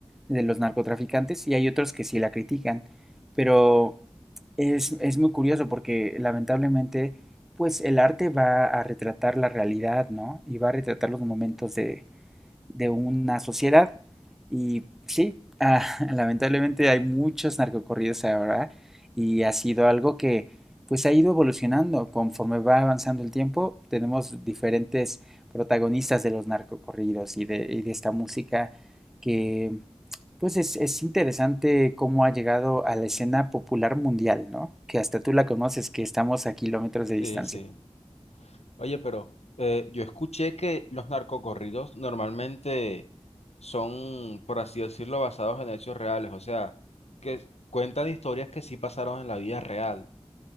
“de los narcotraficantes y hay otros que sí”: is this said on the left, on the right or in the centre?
Centre